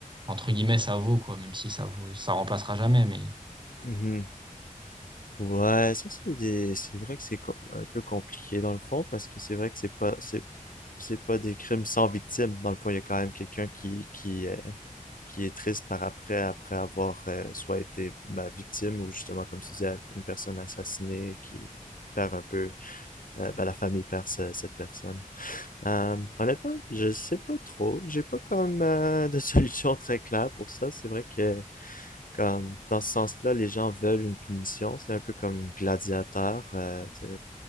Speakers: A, on the right; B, on the left.
A: entre guillemets, ça vaut, quoi, même si ça vaut, ça remplacera jamais, mais.
B: Mhm. Ouais, ça c'est des... c'est vrai que c'est com- un peu compliqué dans le fond parce que c'est vrai que c'est pas c'est c'est pas des crimes sans victime. Dans le fond, il y a quand même quelqu'un qui qui euh, qui est triste par après après avoir euh, soit été bah, victime ou justement comme tu disais une personne assassinée qui perd un peu euh, bah, la famille perd ce- cette personne. Euh, honnêtement, je sais pas trop. J'ai pas comme euh, de <laughs> solution très claire pour ça. C'est vrai que comme, dans ce sens-là, les gens veulent une punition. C'est un peu comme Gladiateur, euh, tu